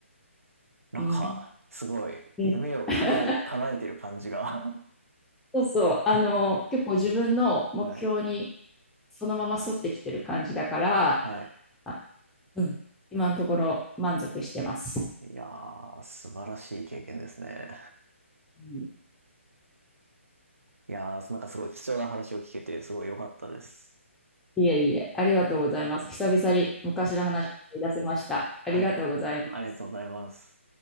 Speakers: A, on the right (about 80°); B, in the centre.
A: なんか、
B: うん。
A: すごい、
B: うん
A: 夢を叶え、
B: <laughs>
A: 叶えてる感じが。<laughs>
B: そうそう、あの、結構自分の目標に
A: はい、
B: そのまま沿ってきてる感じだから、
A: はい。
B: あ、うん、今のところ満足してます。
A: いやー、素晴らしい経験ですね。
B: うん
A: いやー、なんかすごい貴重な話を聞けて、すごい良かったです。
B: いえいえ、ありがとうございます。久々に昔の話を思い出せました。ありがとうございます。
A: はい。ありがとうございます。